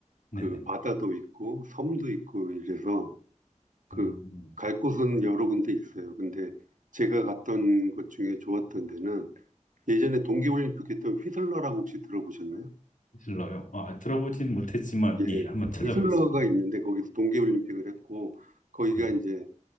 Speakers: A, on the left; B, on the right.
A: 네네.
B: 그 바다도 있고, 섬도 있고 이래서, 그,
A: 음,
B: 갈 곳은 여러 군데 있어요. 근데 제가 갔던 곳 중에 좋았던 데는 예전에 동계올림픽 했던 휘슬러라고 혹시 들어보셨나요?
A: 슬러요. 아, 들어보진 못했지만,
B: 예,
A: 예, 한번 찾아보겠습니다.
B: 휘슬러가 있는데 거기서 동계올림픽을 했고 거기가
A: 네네.
B: 이제